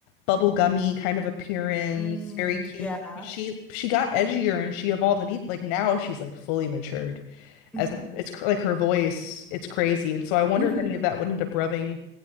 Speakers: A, on the left; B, in the centre.
A: bubblegummy kind of appearance,
B: Mm,
A: very cute.
B: yeah.
A: She she got edgier and she evolved and even, like now she's like fully matured
B: hmm
A: as an artist. It's cr- like her voice, it's crazy. And so I wonder
B: hmm
A: if any of that would end up rubbing